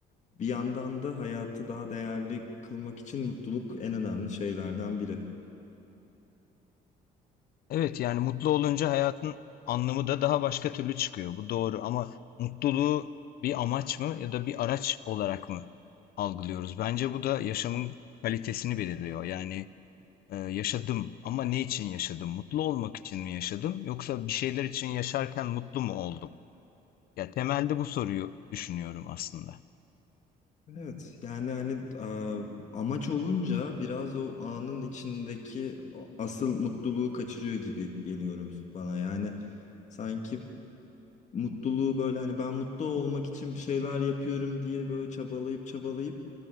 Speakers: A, on the left; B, on the left.
A: bir yandan da hayatı daha değerli kılmak için mutluluk en önemli şeylerden biri.
B: Evet yani mutlu olunca hayatın anlamı da daha başka türlü çıkıyor. Bu doğru ama mutluluğu bir amaç mı ya da bir araç olarak mı algılıyoruz? Bence bu da yaşamın kalitesini belirliyor. Yani e, yaşadım ama ne için yaşadım? Mutlu olmak için mi yaşadım yoksa bir şeyler için yaşarken mutlu mu oldum? Ya temelde bu soruyu düşünüyorum aslında.
A: Evet, yani hani e, amaç olunca biraz o anın içindeki o asıl mutluluğu kaçırıyor gibi geliyoruz bana. Yani sanki mutluluğu böyle hani ben mutlu olmak için bir şeyler yapıyorum diye böyle çabalayıp çabalayıp